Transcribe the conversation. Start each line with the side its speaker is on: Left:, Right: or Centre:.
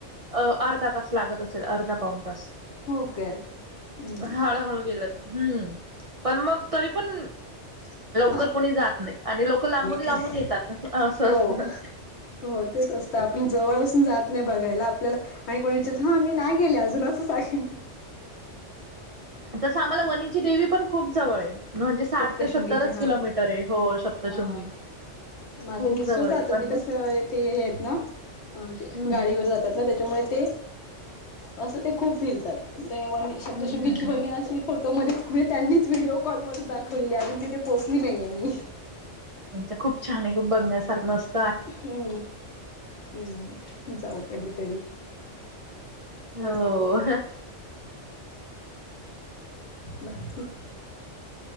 Right: अ अर्धा तास लागत असेल, अर्धा पाऊन तास
Left: हो काय हम्म
Right: हळूहळू गेलं. हम्म, पण मग तरी पण
Left: ठीक. <inaudible>
Right: लवकर कोणी जात नाही, आणि लोक लांबून लांबून
Left: कधी
Right: येतात असं
Left: हो
Right: असतं.
Left: हो तेच असतं, आपण जवळ असून जात नाही बघायला आपल्याला आणि कोणी विचार, हा मी नाही गेले अजून असच आहे.
Right: जसं आम्हाला, वणीची देवी पण खूप जवळ आहे. म्हणजे साठ
Left: सप्तशृंगीचे
Right: ते सत्तरच
Left: हा
Right: किलोमीटर आहे, हो सप्तशृंगी
Left: हा माझे
Right: खूप
Left: मिस्टर
Right: जवळ
Left: जातात
Right: आहे पण
Left: म्हणजे,
Right: मग
Left: कस ते हे आहेत ना म्हणजे
Right: हम्म
Left: गाडीवर जातात ना. त्याच्यामुळे ते असं ते खूप फिरतात ते वणी शब्दशृंगीची
Right: हम्म
Left: वणी असे फोटोमध्येच, त्यांनीच व्हिडिओ कॉलवरून दाखवलेली अजून तिथे पोचली नाहीये मी.
Right: म्हण खूप छान आहे खू बघण्यासारखं मस्त <unintelligible>
Left: हम्म, हम्म जाऊ कधीतरी
Right: हो.
Left: बाकी,